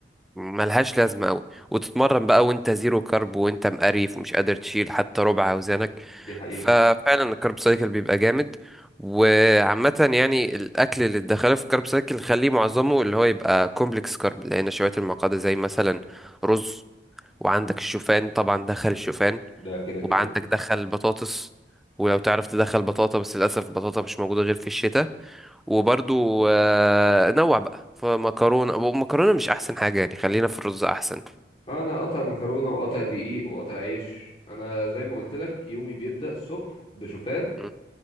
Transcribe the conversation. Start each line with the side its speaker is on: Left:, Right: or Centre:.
Centre: ملهاش لازمه قوي وتتمرن بقى وانت زيرو كارب وانت مقريف ومش قادر تشيل حتى ربع اوزانك
Left: دي حقيقه
Centre: ففعلا الكارب سايكل بيبقى جامد وعامة يعني الأكل اللي تدخله في الكارب سايكل خليه معظمه اللي هو يبقى كومبلكس كارب لأن نشويات المعقدة زي مثلا رز وعندك الشوفان طبعا دخل الشوفان
Left: ده كده كده
Centre: وعندك دخل بطاطس ولو تعرف تدخل بطاطا بس للأسف البطاطا مش موجودة غير في الشتاء وبرضو آه، نوع بقى فمكرونة ومكرونة مش أحسن حاجة يعني خلينا في الرز أحسن
Left: انا قاطع مكرونه وقاطع دقيق وقاطع عيش انا زي ما قلت لك يومي بيبدا الصبح بشوفان
Centre: م.